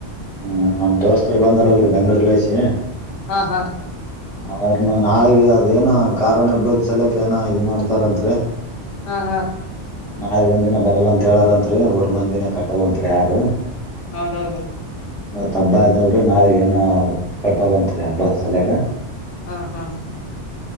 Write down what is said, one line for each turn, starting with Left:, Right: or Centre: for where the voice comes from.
Centre: ಹ್ಮ್ ನಮ್ ದೋಸ್ತರು ಬಂದಾರಲ್ರಿ ಬೆಂಗ್ಳೂರ್ ರ್ಲ ಐಸಿ
Left: ಹಾ ಹಾ
Centre: ಅವ್ರನು ನಾಳೆಗೆ ಅದ ಏನ ಕಾರುಣಿ ಹಬ್ಬದ ಸಲಯಕ್ ಏನ ಇದ್ ಮಾಡ್ತಾರತ್ರಿ
Left: ಹಾ ಹಾ
Centre: ನಾಳಗ್ ಒಂದ ದಿನ ಬರಲ್ಲಂತತ್ ಹೇಳಾರಂತ್ರಿ ಊರ್ ಮಂದಿನ ಕಟ್ಟಲ್ಂರಿ ಯಾರ
Left: ಹೌದೌದು ರೀ
Centre: ತ್ ಹಬ್ಬ ಇದಲ್ರರಿ ನಾಳಗ ಏನ ಕಟ್ಟಲ್ಲತ್ರಿ ಹಬ್ಬ ಸಲ್ಯ
Left: ಹಾ ಹಾ